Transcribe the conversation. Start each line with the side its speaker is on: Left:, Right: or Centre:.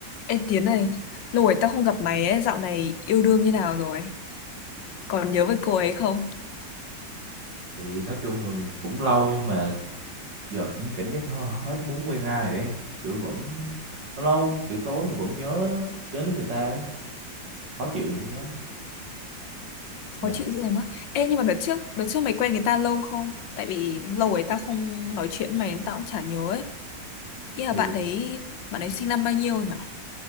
Left: Ê Tiến này, lâu rồi tao không gặp mày ấy, dạo này yêu đương như nào rồi? Còn nhớ với cô ấy không?
Right: thì nói chung là cũng lâu nhưng mà giờ cũng cảm giác hơ- hết muốn quen ai rồi đấy kiểu vẫn lâu lâu kiểu tối mình vẫn nhớ nhớ đến người ta ấy. khó chịu lắm nha
Left: Khó chịu dữ lắm á. Ê nhưng mà đợt trước, đợt trước mày quen người ta lâu không? Tại vì lâu rồi tao không nói chuyện với mày nên tao cũng chả nhớ ấy. Ý là
Right: thì
Left: bạn đấy, bạn ấy sinh năm bao nhiêu nhỉ?